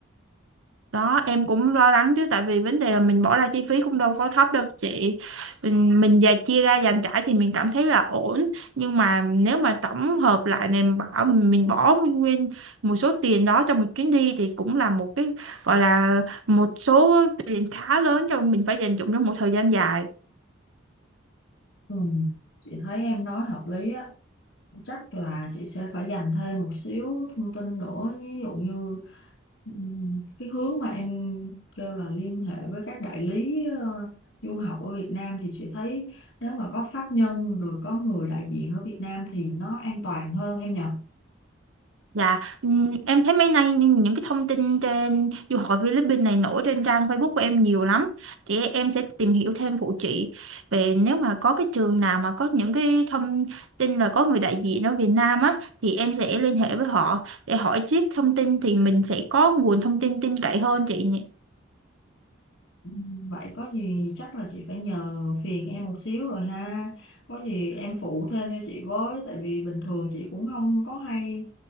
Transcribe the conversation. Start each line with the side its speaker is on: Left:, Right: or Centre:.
Right: đó em cũng lo lắng chứ tại vì vấn đề là mình bỏ ra chi phí cũng đâu có thấp đâu chị mình mình dành chia ra dành trải thì mình cảm thấy là ổn nhưng mà nếu mà tổng hợp lại này mình bảo mình bỏ nguyên một số tiền đó cho một chuyến đi thì cũng là một cái gọi là một số tiền khá lớn cho mình phải dành dụm trong một thời gian dài
Left: ừ. chị thấy em nói hợp lý á chắc là chị sẽ phải dành thêm một xíu thông tin nữa ví dụ như ừm, cái hướng mà em kêu là liên hệ với các đại lý ờ, du học ở Việt Nam thì chị thấy nếu mà có pháp nhân rồi có người đại diện ở Việt Nam thì nó an toàn hơn em nhỉ
Right: Dạ, ừm, em thấy mấy nay những những cái thông tin trên du học Philippines này nổi trên trang Facebook của em nhiều lắm. Thì em sẽ tìm hiểu thêm phụ chị về nếu mà có cái trường nào mà có những cái thông tin là có người đại diện ở Việt Nam á thì em sẽ liên hệ với họ để hỏi tiếp thông tin thì mình sẽ có nguồn thông tin tin cậy hơn chị nhỉ.
Left: Ừ, Vậy có gì chắc là chị phải nhờ phiền em một xíu rồi ha. Có gì em phụ thêm cho chị với, tại vì bình thường chị cũng không có hay